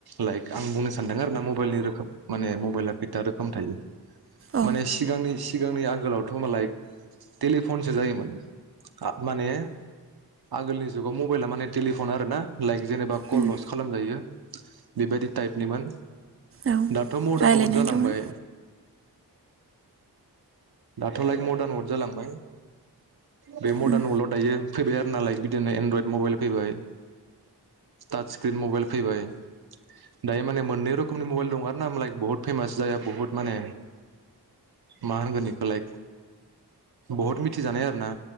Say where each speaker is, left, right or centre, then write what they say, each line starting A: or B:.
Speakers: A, on the right (about 65°); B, on the right (about 35°).
A: लाइक आं बुंनो सानदों आरो ना मबाइलनि रोखोम माने मबाइला कैता रोखोम थायो।
B: औ
A: माने सिगांनि। सिगांनि आगोलावथ' मालाय टेलिफनसो जायोमोन। माने आगोलनि जुगाव मबाइला माने टेलिफन आरो ना लाइक जेनेबा कल
B: उम
A: ल'सो खालाम जायो। बेबायदि टाइपनिमोन
B: औ
A: दाथ' मडार्न
B: रायलायनायल'मोन
A: वारड जालांबाय। दाथ' लाइक मदार्न वार्ड जालांबाय। बे मडार्न
B: उम
A: वर्ल्डआव दायो। फैबाय आरो ना लाइक बिदिनो एनड्रइद मबाइल फैबाय टाच स्क्रिन मबाइल फैबाय दायो माने मोननै रोखोमनि मबाइल दं आर ना लाइक बुहुत फेमास जाया बुहुत माने मा होनगोन बेखौ लाइक बहुत मिथिजानाय आरो ना।